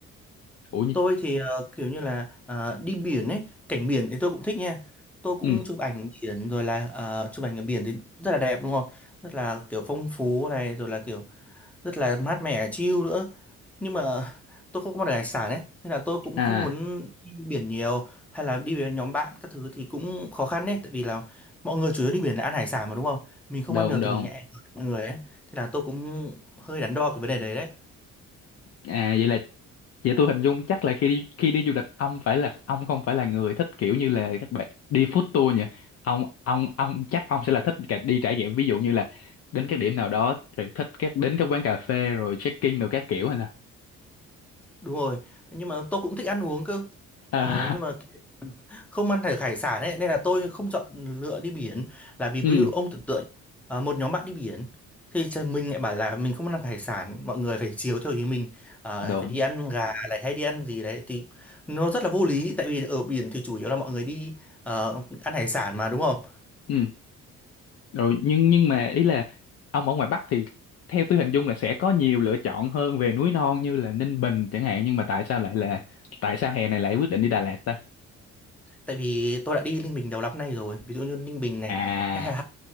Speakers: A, on the left; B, in the centre.
A: ủa nhi-
B: Tôi thì ờ, kiểu như là ờ, đi biển ấy, cảnh biển thì tôi cũng thích nha. Tôi cũng
A: ừ
B: chụp ảnh biển rồi là ờ, chụp ảnh ở biển thì rất là đẹp đúng không? Rất là kiểu phong phú này rồi là kiểu rất là mát mẻ chill nữa. Nhưng mà <laughs> tôi không ăn được hải sản ấy, nên là tôi cũng
A: à
B: không muốn đi biển nhiều hay là đi với nhóm bạn các thứ thì cũng khó khăn đấy tại vì là mọi người chủ yếu đi biển là ăn hải sản mà đúng không? Mình không
A: đồn
B: ăn được
A: đồn
B: thì mình ngại mọi người ấy. Thế là tôi cũng hơi đắn đo cái vấn đề đấy đấy.
A: à vậy là vậy tôi hình dung chắc là khi đi khi đi du lịch ông phải là ông không phải là người thích kiểu như là các bạn đi food tour nhỉ ông ông ông chắc ông sẽ là thích cả đi trải nghiệm ví dụ như là đến các điểm nào đó rồi thích các đến các quán cà phê rồi check-in rồi các kiểu hay nào
B: đúng rồi nhưng mà tôi cũng thích ăn uống cơ
A: à,
B: ờ, nhưng mà không ăn hải hải sản ấy nên là tôi không chọn lựa đi biển
A: <laughs>
B: là vì ví
A: ừ
B: dụ ông tưởng tượng à, một nhóm bạn đi biển thì trời, mình lại bảo là mình không ăn hải sản mọi người phải chiều theo ý mình à,
A: đúng
B: phải đi ăn gà này hay đi ăn gì đấy thì nó rất là vô lý tại vì ở biển thì chủ yếu là mọi người đi ờ, ăn hải sản mà đúng không
A: ừ rồi nhưng nhưng mà ý là ông ở ngoài Bắc thì theo tôi hình dung là sẽ có nhiều lựa chọn hơn về núi non như là Ninh Bình chẳng hạn nhưng mà tại sao lại là tại sao hè này lại quyết định đi Đà Lạt ta
B: tại vì tôi đã đi Ninh Bình đầu năm nay rồi ví dụ như Ninh Bình này
A: à
B: hay Hạ